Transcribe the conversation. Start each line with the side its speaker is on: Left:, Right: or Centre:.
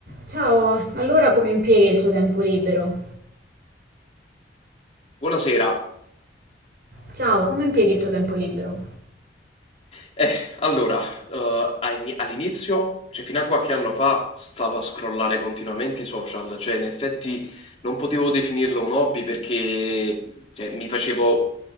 Right: Ciao, allora come impieghi il tuo tempo libero?
Left: Buonasera.
Right: Ciao, come impieghi il tuo tempo libero?
Left: Eh, allora, uhm, ai all'inizio, cioè fino a qualche anno fa, stavo a scrollare continuamente i social, cioè in effetti non potevo definirlo un hobby perché cioè, mi facevo,